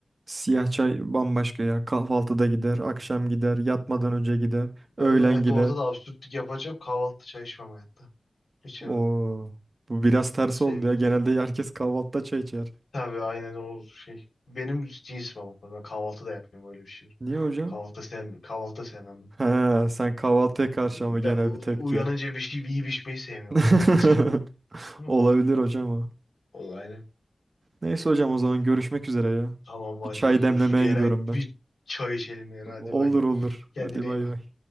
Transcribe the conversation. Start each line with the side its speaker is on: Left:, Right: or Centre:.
Right: Siyah çay bambaşka ya. Kahvaltıda gider, akşam
Left: Hı.
Right: gider, yatmadan önce gider, öğlen
Left: Evet
Right: gider.
Left: orada da absürtlük yapacağım. Kahvaltı çay içmem hayatta. İçemem.
Right: Oo, bu biraz ters
Left: Sevmiyorum.
Right: oldu ya. Genelde herkes kahvaltıda çay içer.
Left: Tabii aynen o şey. Benim cinsim ama. Ben kahvaltı da yapmıyorum öyle bir şey.
Right: Niye hocam?
Left: Kahvaltı sevmem. Kahvaltı sevmem ben.
Right: He, sen kahvaltıya karşı
Left: Ben
Right: ama genel
Left: u-
Right: bir tepki.
Left: uyanınca bir şey bir yiyip içmeyi sevmiyorum
Right: <laughs>
Left: herhalde direkt. <laughs> Ama
Right: Olabilir hocam o.
Left: O aynen.
Right: Neyse hocam o zaman görüşmek üzere ya.
Left: Tamam hadi
Right: Bir çay
Left: görüşürüz.
Right: demlemeye
Left: Bir ara
Right: gidiyorum ben.
Left: bir çay içelim ya. Hadi
Right: Olur
Left: bay.
Right: olur.
Left: Kendine
Right: Hadi
Left: iyi
Right: bay
Left: bak.
Right: bay.